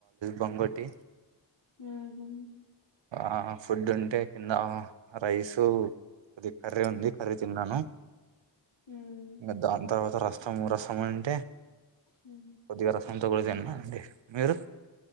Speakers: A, on the right; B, on the left.
A: బంగోటి
B: మ్మ్ హు
A: ఆ ఫుడ్ ఉంటే కింద రైస్ కొద్దిగా కర్రీ ఉంది కర్రీ తిన్నాను
B: మ్మ్
A: ఇంగ దాన్ తర్వాత రస్ చము రసముంటే
B: మ్మ్
A: కొద్దిగా రసం తో కూడా తిన్న అండి మీరు